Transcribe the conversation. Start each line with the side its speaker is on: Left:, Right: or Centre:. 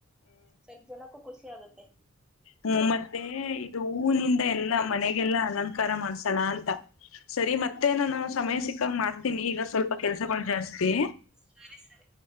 Centre: ಸರಿ ಜನಕ್ಕೂ ಖುಷಿ ಆಗುತ್ತೆ
Left: ಹ್ಮ ಮತ್ತೆ ಇದು ಹೂನಿಂದ ಎಲ್ಲಾ ಮನೆಗೆಲ್ಲಾ ಅಲಂಕಾರ ಮಾಡ್ತ ಸ್ಲನ್ ಸರಿ ಮತ್ತೆ ನಾನು ಸಮಯ ಸಿಕ್ಕಾಗ ಮಾಡ್ತೀನಿ ಈಗ ಸ್ವಲ್ಪ ಕೆಲ್ಸಗಳು ಜಾಸ್ತಿ
Centre: ಸರಿ ಸರಿ.